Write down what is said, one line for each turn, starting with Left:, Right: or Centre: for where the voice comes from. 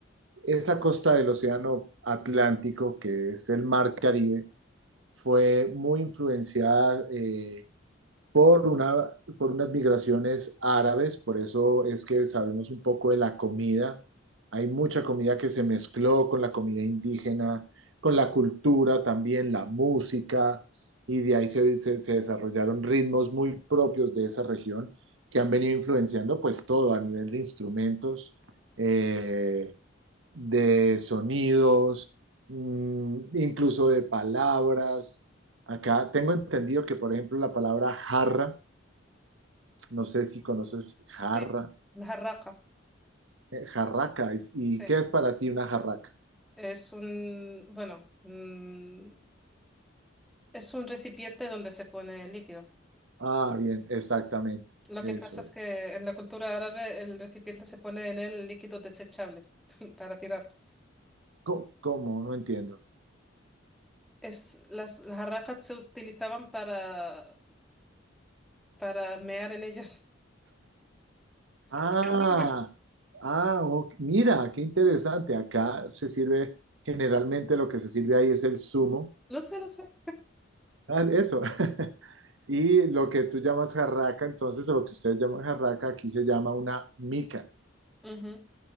Right: Esa costa del Océano Atlántico, que es el Mar Caribe, fue muy influenciada eh, por una, por unas migraciones árabes, por eso es que sabemos un poco de la comida. Hay mucha comida que se mezcló con la comida indígena, con la cultura también, la música, y de ahí se, se, se desarrollaron ritmos muy propios de esa región que han venido influenciando pues todo a nivel de instrumentos, eh, de sonidos, mm, incluso de palabras. Acá tengo entendido que, por ejemplo, la palabra jarra no sé si conoces jarra,
Centre: Sí, la jarraca.
Right: eh, jarraca. ¿Y
Centre: Sí.
Right: qué es para ti una jarraca?
Centre: Es un, bueno, mm, es un recipiente donde se pone el líquido.
Right: Ah, bien, exactamente.
Centre: Lo
Right: Eso
Centre: que pasa es
Right: es.
Centre: que en la cultura árabe el recipiente se pone en el líquido desechable <laughs> para tirar.
Right: Co- ¿Cómo? No entiendo.
Centre: Es, las, las jarracas se utilizaban para, para mear en ellas.
Right: Ah,
Centre: <laughs>
Right: ah, ok, Mira, qué interesante. Acá se sirve, generalmente lo que se sirve ahí es el zumo.
Centre: Lo sé, lo sé.
Right: Ah, eso. <laughs> Y lo que tú llamas jarraca, entonces, o lo que ustedes llaman jarraca, aquí se llama una mica.
Centre: Ujú.